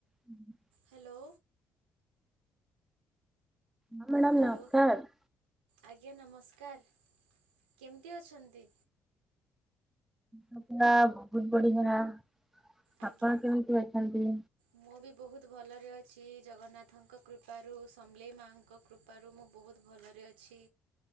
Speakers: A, in the centre; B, on the right.
A: ହୁଁ <unintelligible>
B: ହ୍ୟାଲୋ
A: ହଁ madam
B: hello
A: ନମସ୍କାର
B: ଆଜ୍ଞା ନମସ୍କାର କେମିତି ଅଛନ୍ତି
A: ସବ୍ ବହୁତ ବଢିଆ ଆପଣ
B: ଆଜ୍ଞା
A: କେମିତି ଅଛନ୍ତି
B: ମୁଁ ବି ବହୁତ ଭଲରେ ଅଛି ଜଗନ୍ନାଥଙ୍କ କୃପାରୁ ସମଲେଇ ମାଙ୍କ କୃପାରୁ ମୁଁ ବହୁତ ଭଲରେ ଅଛି